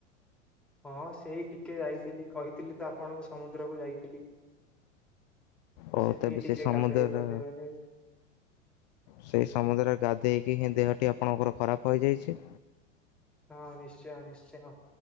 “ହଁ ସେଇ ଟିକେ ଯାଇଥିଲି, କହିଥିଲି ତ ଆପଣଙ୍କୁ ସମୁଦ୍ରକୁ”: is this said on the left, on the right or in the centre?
Centre